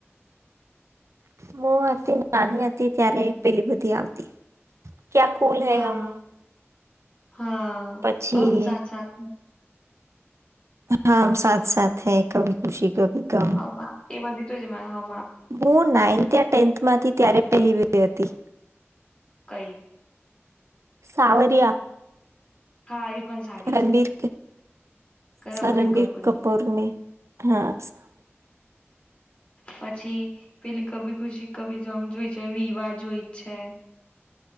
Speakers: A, on the right; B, on the left.
A: મો હતી નાની હતી ત્યારે પેલી બુધી આવતી ક્યા કૂલ હૈ
B: હા
A: હમ
B: હા,
A: પછી
B: હ સાક સાક
A: હા સાથ સાથ હૈ કભી ખુશી. ગમ.
B: આપ એ બધી તો જમાં
A: હું નાઇન્થ યા ટેન્થમાંથી ત્યારે પહેલી વ્ય બે હતી.
B: કઈ?
A: સાાવર્યા.
B: હા એ પણ સારી
A: રણબીર,
B: છે રણવીર
A: રણબીર
B: કપૂરની
A: કપૂરને હા.
B: પછી પેલી કભી ખુશી કભી જેમ જોઈ છે વિવાહ જોઈ છે.